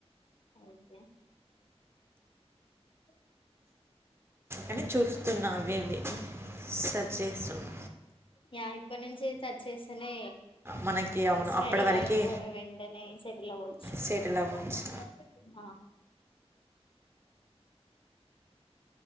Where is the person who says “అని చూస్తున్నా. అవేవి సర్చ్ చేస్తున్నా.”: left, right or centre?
Right